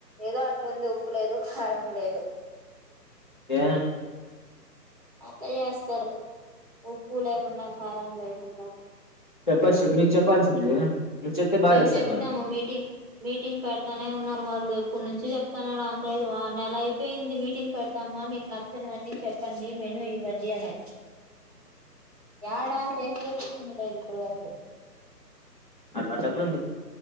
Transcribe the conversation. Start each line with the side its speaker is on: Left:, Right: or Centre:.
Right: ఏదో అట్లుంది ఉప్పు లేదు కారం లేదు
Left: ఏ
Right: అట్లా చేస్తారు ఉప్పు లేకుండా కారం లేకుండా
Left: ఉప్పు కారం చెప్పాల్సింది కదా మీరు చెప్తే బాగా
Right: మేము
Left: చేస్తారు
Right: చెప్పినాము మీటింగ్ మీటింగ్ పెడతానే ఉన్నారు వాళ్ళు ఇప్పుడు నుంచి చెప్తన్నాడు అంకుల్ది నెలా అయిపోయింది మీటింగ్ పెడతామ్మా మీకు నచ్చనివన్నీ చెప్పండి మేను ఇవ్వండి అనే ఎడా ఫేఫచ్చ లేదు ఇప్పుడు వరకు
Left: అలాప్పుడు